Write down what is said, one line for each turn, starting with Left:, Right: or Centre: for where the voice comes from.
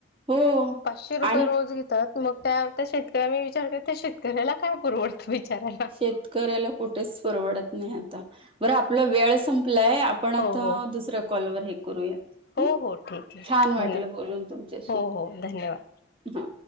Right: हो
Left: पाचशे रुपये
Right: आणि
Left: रोज घेतात मग त्या त्या शेतकऱ्या मी विचार कर त्या शेतकऱ्याला काय पुरवडतं बिचाऱ्याला
Right: शेतकऱ्याला कुठेच परवडत नाही आता बर आपला वेळ सं वेळ संपलाय आपण आता
Left: हो हो
Right: दुसऱ्या कॉल वर हे करूया
Left: हो
Right: हम
Left: हो ठीक आहे
Right: छान वाटलं
Left: धन्यवाद
Right: बोलून तुमच्याशी
Left: हो हो धन्यवाद
Right: हा